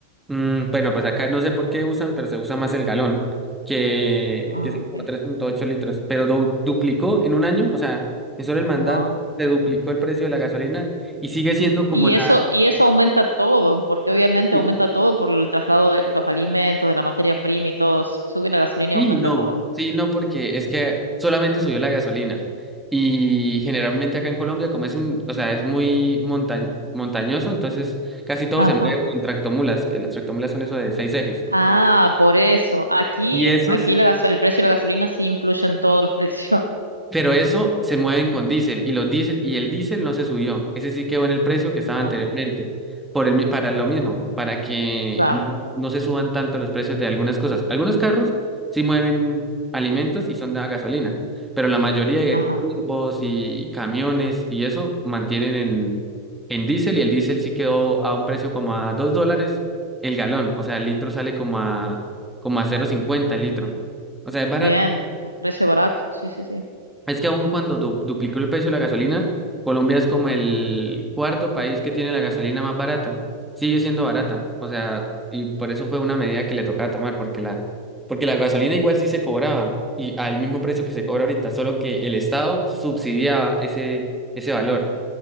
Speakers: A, in the centre; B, on the right (about 85°).
A: Mm, bueno, pues acá no sé por qué usan, pero se usa más el galón, que,
B: Ah,
A: que es
B: ok.
A: como 3.8 litros, pero du- duplicó en un año, o sea, en solo el mandato
B: Wow.
A: se duplicó el precio de la gasolina y sigue siendo como
B: Y
A: la...
B: eso, y eso aumenta todo, porque obviamente
A: Sí,
B: aumenta todo por el traslado de los alimentos, de la materia prima y todo. s- Sube la gasolina
A: sí,
B: y aumenta
A: no,
B: todo.
A: sí, no, porque es que solamente subió la gasolina y generalmente acá en Colombia, como es un, o sea, es muy monta- montañoso, entonces casi todo
B: Ajá.
A: se mueve con tractomulas, que las tractomulas son eso de seis ejes.
B: Ah, por eso. Aquí,
A: y esos
B: aquí la gaso- el precio de la gasolina sí influye en todos los precios. <laughs>
A: Pero eso se mueven con diésel y los diésel, y el diésel no se subió. Ese sí quedó en el precio que estaba
B: Ah,
A: anteriormente. Por el, mi- para lo mismo, para que
B: claro.
A: no, no se suban tanto los precios de algunas cosas. Algunos carros sí mueven alimentos y son de a gasolina, pero la mayoría de
B: Ajá.
A: turbos y camiones y eso mantienen en, en diésel y el diésel sí quedó a un precio como a 2 dólares el galón. O sea, el litro sale como a, como a 0.50 el litro. O sea, es barato.
B: Bien. Un precio barato. Sí, sí, sí.
A: Es que aun cuando du- duplicó el precio de la gasolina, Colombia es como el cuarto país que tiene la gasolina más barata. Sigue siendo barata. O sea, y por eso fue una medida que le tocaba tomar, porque la, porque la gasolina igual sí se cobraba, y al mismo precio que se cobra ahorita, solo que el Estado subsidiaba ese, ese valor.